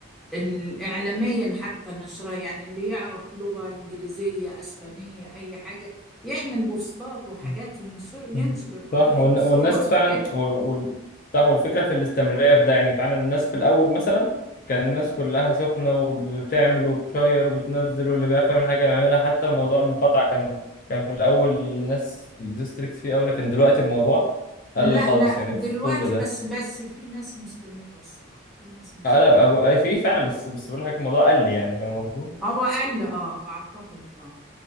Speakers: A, in the centre; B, on the left.
A: الإعلاميا حتى نشرها يعني اللي يعرف لغة إنجليزية أسبانية أي حاجة يعمل بوستات وحاجات
B: مم.
A: ينشر ينشر
B: مم.
A: القضية
B: صح والن-
A: وصور
B: والناس
A: وكده
B: فعلا وال... وال- صح والفكرة في الاستمرارية في ده يعني فعلا الناس في الأول مثلا كان الناس كلها سخنة وبتعمل وبتشير وبتنزل واللي بيعرف يعمل حاجة بيعملها حتى موضوع المقاطعة كان كان في الأول الناس الديستريكت فيه أوي لكن دلوقتي الموضوع
A: لا
B: قل خالص
A: لا
B: يعني
A: دلوقتي
B: في كل ده
A: بس بس في ناس مستمرة الصراحة في ناس مستمرة
B: قلب أبو أي فيه فعلا بس بس بقول لك الموضوع قل يعني فاهم قصدي؟
A: هو قل اه اعتقد اه